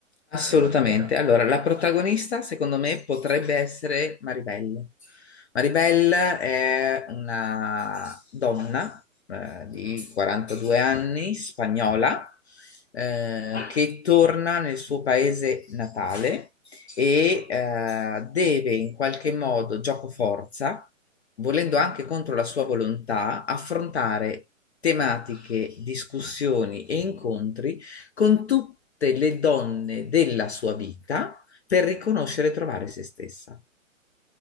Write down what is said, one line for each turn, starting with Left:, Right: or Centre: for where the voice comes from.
Left: Assolutamente.
Centre: Hai qualche idea?
Left: Allora, la protagonista, secondo me, potrebbe essere Maribel. Maribel è una donna eh, di 42 anni, spagnola, eh, che torna nel suo paese natale e eh, deve in qualche modo, gioco forza, volendo anche contro la sua volontà, affrontare tematiche, discussioni e incontri con tutte le donne della sua vita per riconoscere e trovare se stessa.